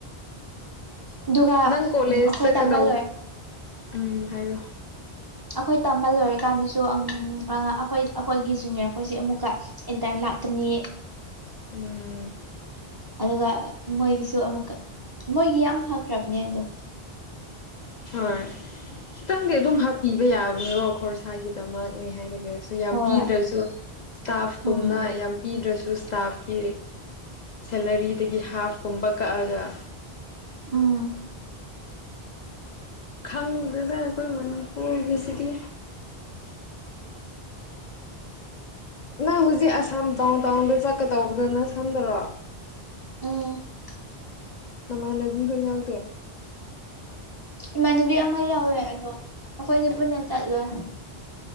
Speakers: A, on the right; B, on the left.
A: ꯑꯗꯨꯒ
B: ꯅꯪ ꯀꯣꯂꯦꯖ
A: ꯎꯝ ꯑꯩꯈꯣꯏ
B: ꯆꯠꯀꯗꯧ
A: ꯇꯝꯕ ꯂꯣꯏ
B: ꯎꯝ ꯍꯥꯏꯌꯣ
A: ꯑꯩꯈꯣꯏ ꯇꯝꯕ ꯂꯣꯏꯔꯀꯥꯟꯗꯁꯨ ꯑꯩꯈꯣꯏ ꯑꯩꯈꯣꯏꯒꯤ ꯖꯨꯅꯤꯌꯔ ꯑꯩꯈꯣꯏꯁꯤ ꯑꯃꯨꯛꯀ ꯏꯟꯇꯔꯟ ꯂꯥꯛꯀꯥꯅꯤ
B: ꯎꯝ
A: ꯑꯗꯨꯒ ꯃꯣꯏꯒꯤꯁꯨ ꯑꯃꯨꯛꯀ ꯃꯣꯏꯒꯤ ꯌꯥꯝ ꯐꯈ꯭ꯔꯕꯅꯦ ꯑꯗꯣ
B: ꯍꯣꯏ ꯈꯤꯇꯪꯗꯤ ꯑꯗꯨꯝ ꯍꯥꯞꯄꯤꯕ ꯌꯥꯕꯅꯦꯕ ꯈꯣꯔꯁꯥꯒꯤꯗꯃꯛꯅꯦ ꯍꯥꯏꯔꯒꯁꯨ ꯌꯥꯝ
A: ꯍꯣꯏ
B: ꯄꯤꯗ꯭ꯔꯁꯨ ꯏꯁꯇꯥꯞ ꯀꯨꯝꯅ
A: ꯎꯝ
B: ꯌꯥꯝ ꯄꯤꯗ꯭ꯔꯁꯨ ꯏꯁꯇꯥꯞꯀꯤ ꯁꯦꯂꯥꯔꯤꯗꯒꯤ ꯍꯥꯞ ꯀꯨꯝꯕ ꯀꯛꯑꯒ
A: ꯎꯝ
B: ꯈꯪꯗ꯭ꯔꯦꯗꯥ ꯑꯩꯈꯣꯏ ꯃꯅꯤꯄꯨꯔꯒꯤ ꯁꯤꯗꯤ ꯅꯪ ꯍꯧꯖꯤꯛ ꯑꯁꯥꯝ ꯗꯥꯎꯟ ꯇꯥꯎꯟꯗ ꯆꯠꯀꯗꯧꯕꯗꯨ ꯅꯊꯟꯗꯔꯣ
A: ꯎꯝ
B: ꯅꯃꯥꯟꯅꯕꯤ ꯍꯣꯏ ꯌꯥꯎꯗꯦ
A: ꯏꯃꯥꯟꯅꯕꯤ ꯑꯃ ꯌꯥꯎꯋꯦ ꯑꯗꯣ ꯑꯩꯈꯣꯏꯅꯤ ꯄꯨꯟꯅ ꯆꯠꯂꫭꯏ